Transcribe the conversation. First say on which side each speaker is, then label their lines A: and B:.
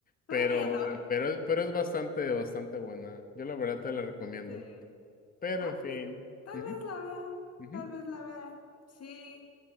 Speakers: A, on the left; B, on the left.
A: pero,
B: todavía no.
A: pero, es- pero es bastante, bastante buena. Yo la verdad te la recomiendo.
B: Sí.
A: Pero
B: Ah,
A: en
B: pues
A: fin.
B: tal
A: Ujú,
B: vez la vea.
A: ujú,
B: Tal vez la vea. Sí.